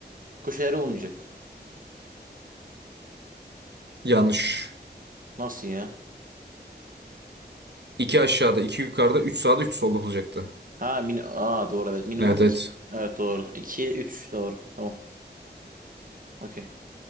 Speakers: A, on the right (about 50°); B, on the right (about 75°).
A: Köşeleri olmayacak.
B: Yanlış.
A: Nasıl ya?
B: 2 aşağıda, 2 yukarıda, 3 sağda, 3 solda olacaktı.
A: Ha min Aa doğru evet. Minimum
B: Evet
A: iki
B: evet.
A: Evet doğru. 2 üç doğru. Tamam. Okey.